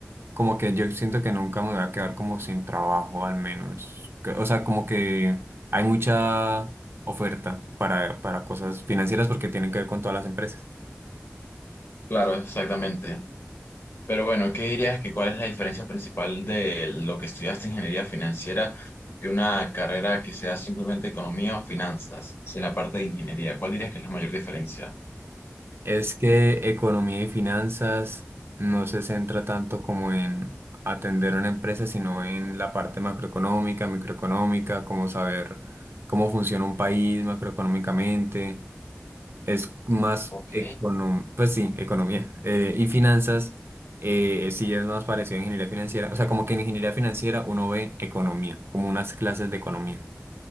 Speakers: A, on the right; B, on the left.
A: como que yo siento que nunca me voy a quedar como sin trabajo, al menos. Que- O sea, como que hay mucha oferta para, para cosas financieras porque tienen que ver con todas las empresas.
B: Claro, exactamente. Pero bueno, ¿qué dirías que cuál es la diferencia principal de lo que estudiaste ingeniería financiera y una carrera que sea simplemente economía o finanzas, sin la parte de ingeniería? ¿Cuál dirías que es la mayor diferencia?
A: Es que economía y finanzas no se centra tanto como en atender una empresa, sino en la parte macroeconómica, microeconómica, como saber cómo funciona un país macroeconómicamente. Es más
B: Ok,
A: econom, pues sí, economía. Eh, y finanzas eh, sí es más parecido a ingeniería financiera. O sea, como que en ingeniería financiera uno ve economía, como unas clases de economía